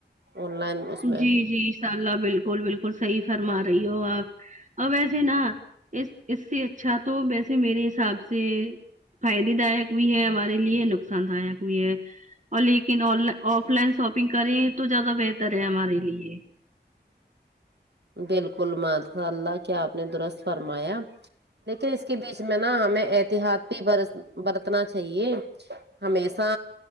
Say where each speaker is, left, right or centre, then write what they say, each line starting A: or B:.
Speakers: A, on the right; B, on the right.
A: آن لائن اس میں
B: جی جی ان شاء اللہ بالکل بالکل صحیح فرما رہی ہو آپ اور ویسے نا اس اس سے اچھا تو ویسے میرے حساب سے فائدے دایک بھی ہے ہمارے لیے نقصان دایک بھی ہے اور لیکن آن ل آف لائن شاپنگ کریں تو زیادہ بہتر ہے ہمارے لیے
A: بالکل ماساء اللہ کیا آپ نے درست فرمایا لیکن اس کے بیچ میں نا ہمیں احتیاط بھی برت برتنا چاہیے ہمیشہ